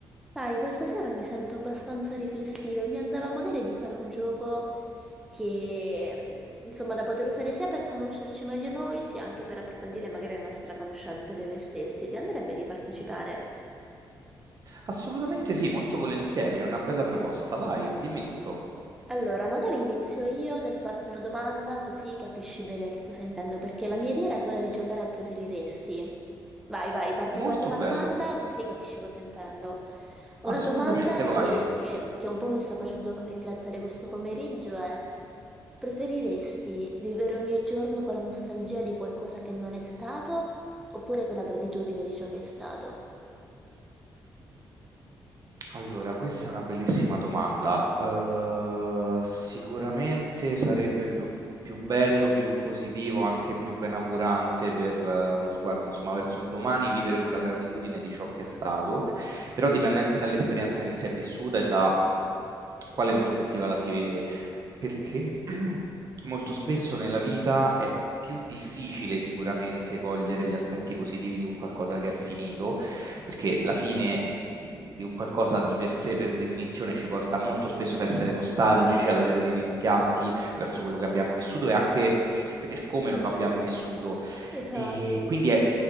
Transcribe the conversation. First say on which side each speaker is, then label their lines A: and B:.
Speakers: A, in the centre; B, on the right (about 45°).
A: Sai, questa sera mi sento abbastanza riflessiva e mi andava magari di fare un gioco che, mh, insomma, da poter usare sia per conoscerci meglio noi, sia anche per approfondire magari la nostra conoscenza di noi stessi. Ti andrebbe di partecipare?
B: Assolutamente sì, molto volentieri, è una bella proposta. Vai, dimmi tutto.
A: Allora, magari inizio io nel farti una domanda così capisci bene che cosa intendo, perché la mia idea era quella di giocare a preferiresti. Vai, vai, parto
B: Molto
A: con la prima
B: bello.
A: domanda così capisci cosa intendo. Una
B: Assolutamente,
A: domanda
B: vai.
A: che, che un po' mi sta facendo riflettere questo pomeriggio è: preferiresti vivere ogni giorno con la nostalgia di qualcosa che non è stato oppure con la gratitudine di ciò che è stato?
B: Allora, questa è una bellissima domanda. Eh, sicuramente sarebbe più, più bello, più positivo, anche più benaugurante per eh, uno sguardo, insomma, verso il domani, vivere con la gratitudine di ciò che è stato, però dipende anche dall'esperienza che si è vissuta e da quale prospettiva la si vede. perché <clears throat> molto spesso nella vita è più difficile sicuramente cogliere gli aspetti positivi di un qualcosa che è finito, perché la fine mh, di un qualcosa di per sé, per definizione, ci porta molto spesso a essere nostalgici, ad avere dei rimpianti verso quello che abbiamo vissuto e anche per come lo abbiamo vissuto.
A: Esatto,
B: E quindi è